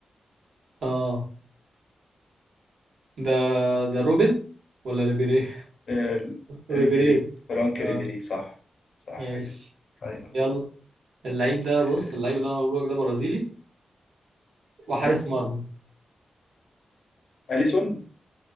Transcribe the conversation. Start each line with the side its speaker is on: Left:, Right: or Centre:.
Right: اه ده ده روبن ولا ريبيري
Left: آه،
Right: ريبيري
Left: ريبيري فرانك
Right: اه
Left: ريبيري صح صح
Right: ماشي
Left: جدا طيب
Right: يلا اللعيب ده
Left: آه،
Right: بص اللعيب اللي انا هقوله لك ده برازيلي وحارس
Left: تمام
Right: مرمى
Left: اليسون